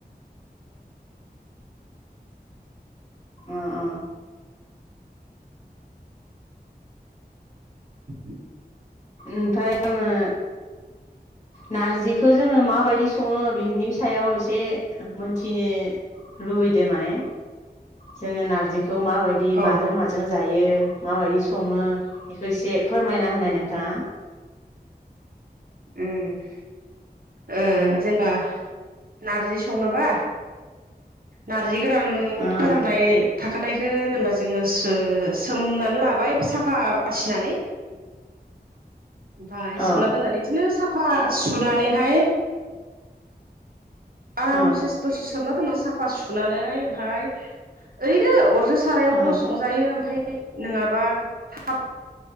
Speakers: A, on the left; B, on the right.
A: अ-अ
B: <inaudible>
A: उमफाय आंङो नार्जिखौ जोंङो माबायदि संङो बिनि सायाव एसे मोनथिनो लुबैदों माने जोंङो नारजि खौ माबायदि
B: अ
A: माजों माजों जायो माबायदि संङो बेखौ एसे फोरमायना होनाय नोंथाङा।
B: उम ओ जेनेबा नारजि संनोबा नारजि गोरान
A: उम
B: फोराननाय थाखानायखो जेनेबा जोंङो सोमनानै लाबाय, साफा बासिनानै ओमफाय
A: औ
B: सोमना दोननानै बिदिनो साफा सुनानैहाय आरामसे
A: औ
B: दसे सोमना साफा सुनानै ओमफाय ओैरैनो अरजों सारायावबो
A: औ
B: संजायो ओमफ्राय नोंङाबा थाब